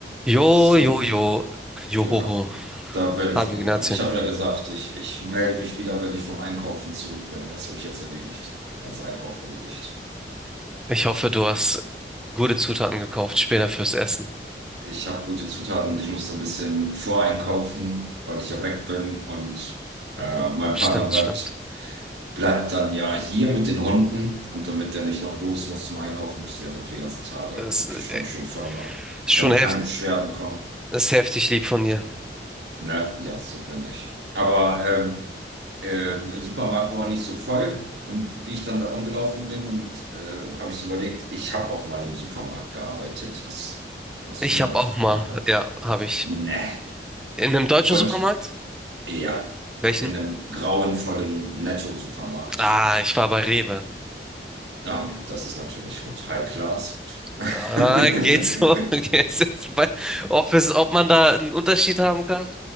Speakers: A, in the centre; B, on the right (about 80°).
A: Jo,
B: So,
A: jo, jo, johoho.
B: ja, da bin
A: Hallo
B: ich wieder.
A: Ignazio.
B: Ich habe ja gesagt, ich, ich melde mich wieder, wenn ich vom Einkaufen zurück bin. Das habe ich jetzt erledigt. Ganz Einkauf erledigt.
A: Ich hoffe, du hast gute Zutaten gekauft, später fürs Essen.
B: Ich habe gute Zutaten und ich musste ein bisschen voreinkaufen, weil ich ja weg bin und äh, mein
A: Stimmt,
B: Partner bleibt,
A: stimmt.
B: bleibt dann ja hier mit den Hunden und damit der nicht noch los muss zum Einkaufen, muss ich erstmal für die ganzen Tage
A: Es
B: Kühlschrank
A: äh,
B: schön voll machen,
A: ist schon
B: damit
A: heft,
B: keine Beschwerden kommen.
A: ist heftig lieb von dir.
B: Ne? Ja, so bin ich. Aber ähm, äh, Supermarkt war auch nicht so voll. Und wie ich dann da rumgelaufen bin und äh, habe ich so überlegt, ich habe auch mal im Supermarkt gearbeitet. Hast, hast
A: Ich
B: du mal
A: habe
B: im
A: auch
B: Supermarkt
A: mal,
B: gearbeitet?
A: ja, habe ich.
B: Nee.
A: In einem deutschen
B: Und
A: Supermarkt?
B: ja,
A: Welchen?
B: in einem grauenvollen Netto-Supermarkt.
A: Ah, ich war bei Rewe.
B: Ah, das ist natürlich gut. High Class. <laughs>
A: Ah, geht's so? <laughs> Geht's jetzt bei, ob es, ob man da einen Unterschied haben kann?